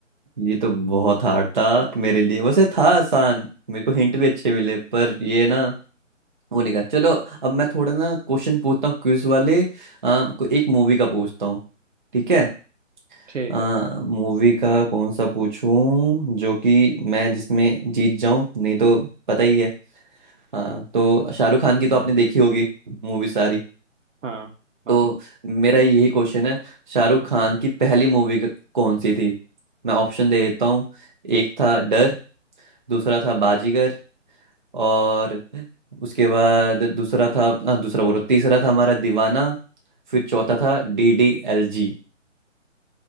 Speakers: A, on the right (about 40°); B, on the right (about 70°).
A: ये तो बहुत हार्ड था मेरे लिए वैसे था आसान मेरे को हिंट भी अच्छे मिले पर ये ना वो नहीं कर चलो अब मैं थोड़ा ना क्वेश्चन पूछता हूँ क्विज वाले आ, को एक मूवी का पूछता हूँ ठीक है
B: ठीक
A: आ,
B: है
A: मूवी का कौन सा पूछूं जो कि मैं जिसमें जीत जाऊं नहीं तो पता ही है हाँ तो शाहरुख खान की तो आपने देखी होगी मूवी सारी
B: हाँ
A: तो
B: हाँ
A: मेरा यही क्वेश्चन है शाहरुख खान की पहली मूवी क- कौन सी थी मैं ऑप्शन दे देता हूँ एक था डर दूसरा था बाजीगर और उसके बाद दूसरा था आ, दूसरा बोलो तीसरा था हमारा दीवाना फिर चौथा था डी डी एल जी